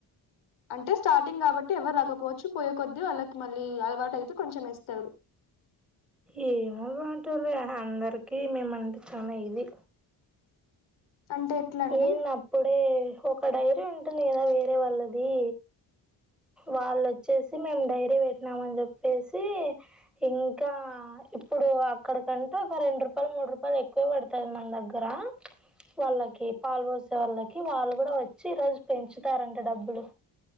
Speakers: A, on the left; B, in the centre.
A: అంటే స్టార్టింగ్ కాబట్టి ఎవరు రాకపోవచ్చు పోయే కొద్దీ వాళ్ళకి మళ్ళీ అలవాటు అయితే కొంచెం ఏస్తరు
B: ఏమో వాల్తోలే అందరికి మేమంటే చాల ఇది
A: అంటే ఎట్లా అండి
B: ఏంది అప్పుడే ఒక డైరీ ఉంటుంది కదా వేరే వాళ్ళది వాళ్లోచ్చేసి మేము డైరీ పెట్టినామని చెప్పేసి ఇంకా ఇ ఇప్పుడు అక్కడ కంటే ఒక రెండు రూపాయలు మూడు రూపాయలు ఎక్కువే పడుతది మన దగ్గర వాళ్లకి పాలు పోసే వాళ్ళకి వాళ్ళు కూడా వచ్చి ఈ రోజు పెంచుతారంటే డబ్బులు